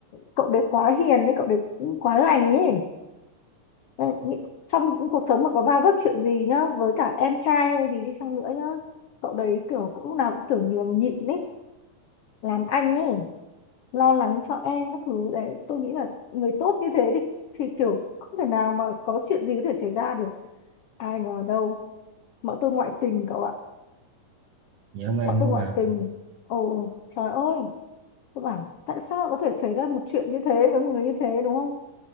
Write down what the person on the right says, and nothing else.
dã man
quá
bà